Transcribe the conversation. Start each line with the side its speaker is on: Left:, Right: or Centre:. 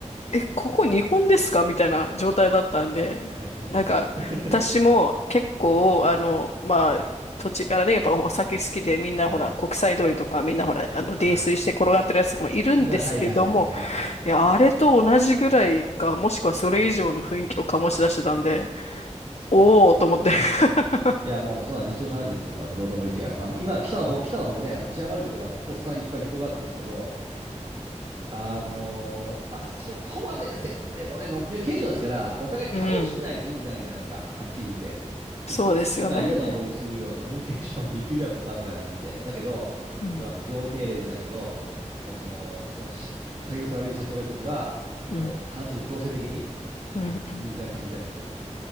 Left: え、ここ日本ですかみたいな状態だったんで、
Right: はい、日本です。
Left: なんか、
Right: <laughs>
Left: 私も結構、あの、まあ、土地からね、やっぱお酒好きで、みんなほら、
Right: はい。
Left: 国際通りとか、みんなほら、あの、泥酔して転がってるやつとかもいるんですけども、
Right: ああ、今、はい、はい、はい、見ました、わかりますね。
Left: いや、あれと同じぐらいか、もしくはそれ以上の雰囲気を醸し出してたんで、
Right: そう。
Left: おーと思って。<laughs>
Right: いや、もう、そんな日常茶飯事ですよ、あの、道頓堀駅は。まあ、今、北の方、北の方もね、あの、治安悪いところは、おっさんいっぱい寝転がってますけど、あのーまあ、そこまでせんでもね、ノミニケーションですから、お互い楽しくないと意味ないじゃないですか、
Left: うん。
Right: はっきり言うて。
Left: そうですよね。
Right: どっちが嫌な思いをするようなノミニケーションなんていく意味あるのかみたいな感じで。だけど、
Left: うん。
Right: それはもう業務命令じゃないけど、もうその、その社、酒癖悪い社長がいたときは、
Left: うん。
Right: もう管理職強制的に
Left: うん。うん。
Right: 2次会、3次会までみたいな。